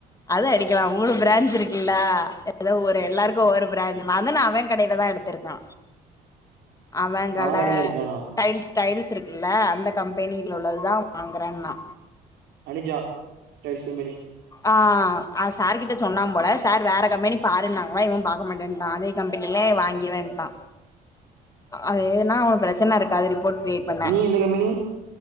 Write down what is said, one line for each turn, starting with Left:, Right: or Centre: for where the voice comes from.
Left: அது அடிக்கலா மூணு பிரான்ச் இருக்குல எதோ ஒரு எல்லாரு ஒரு பிராஞ்ச் மதன் அவே கடைல தா எடுத்துருக்கா அவே கட
Right: அவ கடையில அடிச்சிடானா
Left: டைல்ஸ் டைல்ஸ் இருக்குல்ல அந்த கம்பெனில உள்ளதுதா வாங்குறன்னா
Right: அனுஜா டைல்ஸ் கம்பெனி
Left: ஆ அது சாருகிட்ட சொன்னாம்போல சார் வேற கம்பெனி பாருன்னாங்ளா இவன் பாக்க மாட்டேன்டா அதே கம்பெனிலே வாங்கிறேன்டா அது ஏனா ஒரு பிரச்சன இருக்காது ரிப்போர்ட் கிரியேட் பண்ண
Right: நீ எந்த கம்பெனி